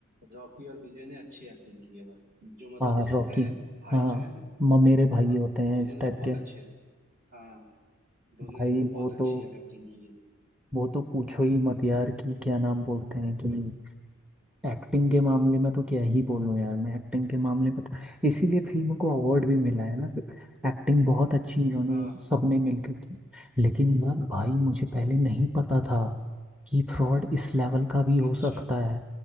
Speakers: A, on the right (about 40°); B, in the centre.
A: रॉकी और विजय ने अच्छी एक्टिंग की है भाई जो मतलब
B: हाँ
A: दोनों
B: रॉकी
A: है भाई
B: हाँ
A: जो है
B: म- मेरे भाई
A: हाँ,
B: होते हैं
A: दोनों
B: इस
A: ने
B: टाइप
A: बहुत
B: के
A: अच्छे हाँ दोनों
B: भाई
A: ने बहुत
B: वो
A: अच्छी
B: तो
A: एक्टिंग की है
B: वो तो पूछो ही मत यार कि क्या नाम बोलते हैं कि एक्टिंग के मामले में तो क्या ही बोलूं यार मैं एक्टिंग के मामले में तो इसीलिए फिल्म को अवार्ड भी मिला है ना एक्टिंग बहुत अच्छी इन्होंने
A: हाँ
B: सबने मिलकर की लेकिन यार भाई मुझे पहले नहीं पता था कि फ्रॉड इस लेवल का भी हो
A: अच्छा
B: सकता है